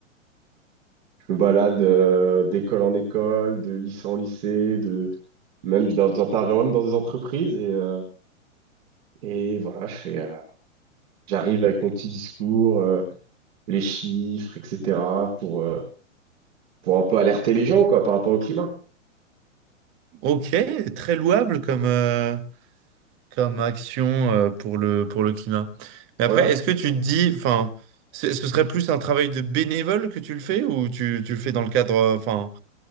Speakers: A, on the right; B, on the right.
A: Je me balade euh, d'école en école, de lycée en lycée, de même je- j'interviens même dans des entreprises et euh, et voilà, je fais, euh, j'arrive avec mon petit discours, euh, les chiffres, etc. pour euh, pour un peu alerter les gens quoi par rapport au climat.
B: Ok, très louable comme, euh, comme action euh, pour le, pour le climat. Mais
A: Voilà.
B: après, est-ce que tu te dis, enfin, ce ce serait plus un travail de bénévole que tu le fais ou tu, tu le fais dans le cadre, euh, enfin,